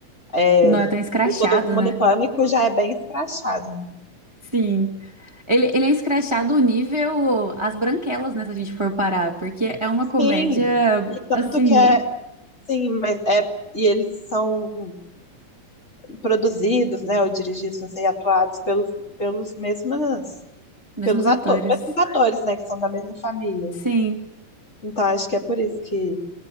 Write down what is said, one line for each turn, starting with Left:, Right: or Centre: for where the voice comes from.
Left: É,
Right: Não é tão escrachado,
Left: o Todo Mundo
Right: né?
Left: em Pânico já é bem escrachado. né?
Right: Sim. Ele, ele é escrachado nível As Branquelas, né, se a gente for parar, porque é uma comédia,
Left: Sim, e tanto
Right: assim,
Left: que é, sim, mas é, e eles são produzidos, né, ou dirigidos, não sei, atuados pelos, pelos mesmas,
Right: mesmos
Left: pelos atores,
Right: atores.
Left: mesmos atores, né, que são da mesma família.
Right: Sim.
Left: Então acho que é por isso que.